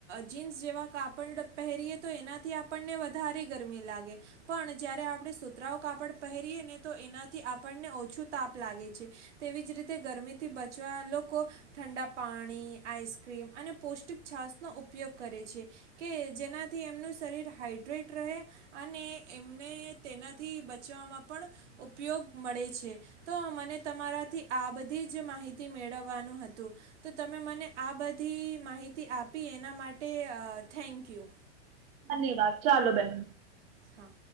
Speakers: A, on the right; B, on the right.
A: જીન્સ જેવા કાપડ પહેરીએ તો એનાથી આપણને વધારે ગરમી લાગે, પણ જ્યારે આપણે સુતરાઉ કાપડ પહેરીએ ને તો એનાથી આપણને ઓછું તાપ લાગે છે, તેવી જ રીતે ગરમીથી બચવા લોકો, ઠંડા પાણી આઇસક્રીમ અને પૌષ્ટિક છાશનો ઉપયોગ કરે છે, કે જેનાથી એમનું શરીર હાાઈડ્રેટ રહે, અને એમ ને તેનાથી બચવામાં પણ, ઉપયોગ મળે છે, તો મને તમારાથી આ બધી જ માહિતી મેળવવાનું હતું, તો તમે મને આ બધી માહિતી આપી એના માટે થેન્કયુ.
B: ધન્યવાદ ચાલો બહેન.
A: હા.